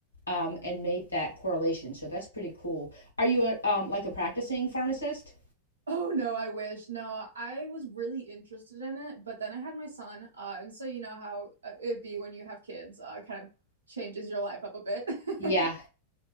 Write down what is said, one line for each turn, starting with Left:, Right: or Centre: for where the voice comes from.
Left: um, and made that correlation. So that's pretty cool. Are you a, um, like a practicing pharmacist?
Right: Oh no, I wish. No, I was really interested in it, but then I had my son. Uh, and so you know how uh, it'd be when you have kids, uh, kind of changes your life up a bit. <laughs>
Left: Yeah,